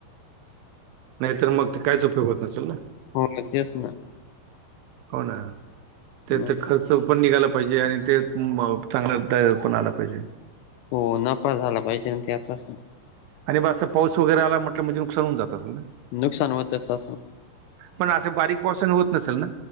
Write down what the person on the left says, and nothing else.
होय तेच ना.
हं.
हो नफा झाला पाहिजे ना ते आता असं.
नुकसान होतेस असं.